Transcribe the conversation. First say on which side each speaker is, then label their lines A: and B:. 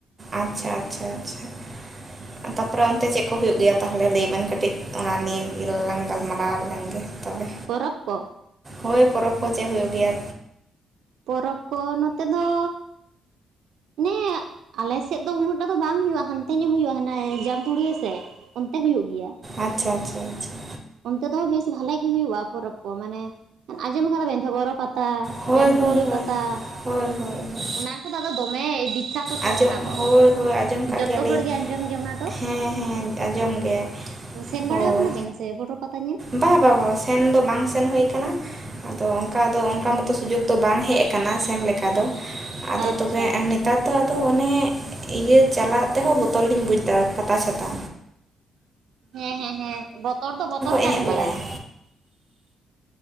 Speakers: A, on the right (about 25°); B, on the right (about 75°).
A: ᱟᱪᱪᱷᱟ ᱟᱪᱪᱷᱟ ᱟᱪᱪᱷᱟ᱾
B: <inaudible>
A: ᱛᱟᱯᱚᱨᱮ ᱚᱱᱛᱮ ᱪᱮᱜ ᱠᱚ ᱦᱩᱭᱩᱜ ᱜᱮᱭᱟ ᱛᱟᱦᱚᱞᱮ ᱞᱮᱭ ᱵᱮᱱ ᱠᱟᱹᱴᱤᱡ, ᱚᱱᱟ ᱱᱤᱭᱮ ᱜᱮᱞᱟᱝ ᱜᱟᱞᱢᱟᱨᱟᱣ ᱞᱮᱱ ᱜᱮ ᱛᱚᱵᱮ᱾
B: ᱯᱚᱨᱚᱵᱽ ᱠᱚ?
A: ᱦᱳᱭ ᱯᱚᱨᱚᱵᱽ ᱠᱚ ᱪᱮᱜ ᱦᱳᱭᱳᱜ ᱜᱮᱭᱟ?
B: ᱯᱚᱨᱚᱵᱽ ᱠᱚ ᱱᱚᱛᱮ ᱫᱚ, ᱱᱮ ᱟᱞᱮ ᱥᱮᱫ ᱫᱚ ᱩᱱᱟᱹᱜ ᱴᱟ ᱫᱚ ᱵᱟᱝ ᱦᱩᱭᱩᱜᱼᱟ ᱦᱟᱱᱛᱮ ᱧᱚᱜ ᱦᱩᱭᱩᱜᱼᱟ ᱦᱟᱱᱮ ᱡᱟᱢᱛᱩᱲᱤᱭᱟᱹ ᱥᱮᱫ ᱚᱱᱛᱮ ᱦᱩᱭᱩᱜ ᱜᱮᱭᱟ᱾
A: ᱟᱪᱪᱷᱟ ᱟᱪᱪᱷᱟ ᱟᱪᱪᱷᱟ᱾
B: ᱚᱱᱛᱮ ᱫᱚ ᱵᱮᱥ ᱵᱷᱟᱞᱮ ᱜᱮ ᱦᱩᱭᱩᱜᱼᱟ ᱯᱚᱨᱚᱵᱽ ᱠᱚ ᱢᱟᱱᱮ ᱟᱸᱡᱚᱢ ᱠᱟᱫᱟ ᱵᱮᱱ ᱛᱚ ᱵᱚᱨᱚ ᱯᱟ ᱛᱟ
A: ᱦᱳᱭ
B: ᱡᱟᱢᱛᱩᱲᱩᱭᱟᱹ
A: ᱦᱳᱭ ᱦᱳᱭ
B: ᱯᱟᱛᱟ᱾
A: ᱦᱳᱭ ᱦᱳᱭ ᱦᱳᱭ
B: ᱚᱱᱟ ᱠᱚᱫᱚ ᱟᱫᱚ ᱫᱚᱢᱮ ᱵᱤᱠᱠᱷᱟᱛᱚ ᱛᱚ
A: ᱟᱸᱡᱚᱢ
B: ᱚᱱᱟ ᱫᱚ,
A: ᱦᱳᱭ ᱦᱳᱭ ᱟᱸᱡᱚᱢ ᱠᱟᱜ
B: ᱡᱚᱛᱚ
A: ᱜᱮᱭᱟᱞᱤᱧ
B: ᱦᱚᱲ ᱜᱮ ᱟᱸᱡᱚᱢ ᱜᱮ ᱚᱱᱟ ᱫᱚ
A: ᱦᱮᱸ ᱦᱮᱸ ᱟᱸᱡᱚᱢ ᱜᱮ᱾
B: ᱥᱮᱱ
A: ᱦᱳᱭ
B: ᱵᱟᱲᱟᱣ ᱠᱟᱱᱟ ᱵᱮᱱ ᱥᱮ ᱵᱚᱨᱚ ᱯᱟᱛᱟ ᱧᱮᱞ?
A: ᱵᱟ ᱵᱟ ᱵᱟ ᱵᱟ ᱥᱮᱱ ᱫᱚ ᱵᱟᱝ ᱥᱮᱱ ᱦᱩᱭ ᱠᱟᱱᱟ᱾ ᱛᱚ ᱚᱱᱠᱟ ᱫᱚ ᱚᱱᱠᱟ ᱢᱚᱛᱚ ᱥᱩᱡᱳᱜ ᱫᱚ ᱵᱟᱝ ᱦᱮᱡ ᱠᱟᱱᱟ ᱥᱮᱱ ᱞᱮᱠᱟ ᱫᱚ, ᱟᱫᱚ
B: ᱟᱪᱪᱷᱟ
A: ᱛᱚᱵᱮ ᱮᱢᱱᱤ ᱛᱟᱨ ᱫᱚ ᱟᱫᱚ ᱚᱱᱮ ᱤᱭᱟᱹ ᱪᱟᱞᱟᱜ ᱛᱮᱦᱚᱸ ᱵᱚᱛᱚᱨ ᱞᱤᱧ ᱵᱩᱡᱽᱫᱟ ᱯᱟᱛᱟ ᱪᱷᱟᱛᱟ᱾
B: ᱦᱮᱸ ᱦᱮᱸ ᱦᱮᱸ ᱵᱚᱛᱚᱨ ᱫᱚ ᱵᱚᱛᱚᱨ
A: ᱮᱱᱮᱜ
B: ᱠᱟᱱ
A: ᱵᱟᱲᱟᱭᱟ᱾
B: ᱜᱮᱭᱟ